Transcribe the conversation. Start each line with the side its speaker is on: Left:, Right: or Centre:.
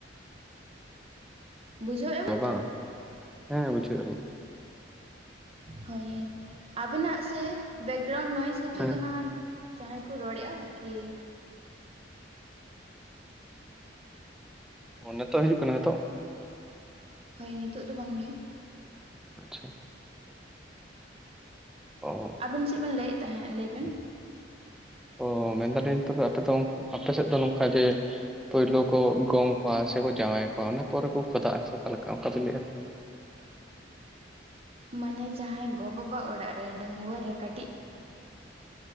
Right: ᱵᱩᱡᱷᱟᱹᱣᱮᱫᱼᱟ
Centre: ᱵᱟ
Right: ᱵᱮᱱ
Centre: ᱵᱟᱝ
Right: ᱛᱚ
Centre: ᱦᱮᱸ ᱵᱩᱡᱷᱮ ᱟᱹᱞᱤᱧ᱾
Right: ᱦᱳᱭ᱾ ᱟᱵᱮᱱᱟᱜ ᱥᱮ ᱵᱮᱠᱜᱨᱟᱣᱩᱱᱰ ᱱᱚᱭᱮᱥ ᱦᱤᱡᱩᱜ
Centre: ᱦᱮᱸ
Right: ᱠᱟᱱᱟ ᱡᱟᱦᱟᱸᱭ ᱠᱚ ᱨᱚᱲᱮᱫ-ᱟ ᱠᱤ᱾
Centre: ᱱᱤᱛᱚᱜ ᱦᱤᱡᱩᱜ ᱠᱟᱱᱟ ᱱᱤᱛᱚᱜ᱾
Right: ᱦᱳᱭ ᱱᱤᱛᱳᱜ ᱫᱚ ᱵᱟᱝᱜᱮ᱾
Centre: ᱟᱪᱪᱷᱟ᱾ ᱚ
Right: ᱟᱵᱤᱱ ᱪᱮᱫ ᱵᱤᱱ ᱞᱟᱹᱭᱮᱫ ᱛᱟᱦᱮᱸ ᱞᱟᱹᱭᱵᱤᱱ?
Centre: ᱚ ᱢᱮᱱᱫᱟᱞᱤᱧ ᱛᱚᱵᱮ ᱟᱯᱮ ᱫᱚ ᱟᱯᱮ ᱥᱮᱫ ᱫᱚ ᱱᱚᱝᱠᱟ ᱡᱮ ᱯᱩᱭᱞᱩ ᱠᱚ ᱜᱚᱝ ᱠᱚᱣᱟ ᱥᱮᱠᱚ ᱡᱟᱶᱟᱭ ᱠᱚᱣᱟ ᱚᱱᱟ ᱯᱚᱨᱮ ᱠᱚ ᱠᱷᱚᱫᱟᱜ-ᱟ ᱥᱮ ᱚᱠᱟ ᱞᱮᱠᱟ ᱚᱱᱠᱟ ᱵᱤᱱ ᱞᱟᱹᱭᱮᱫ-ᱟ᱾
Right: ᱢᱟᱱᱮ ᱡᱟᱦᱟᱸᱭ ᱜᱚ ᱵᱟᱵᱟ ᱚᱲᱟᱜ ᱨᱮ ᱰᱟᱹᱜᱩᱣᱟᱹ ᱨᱮ ᱠᱟᱹᱴᱤᱡ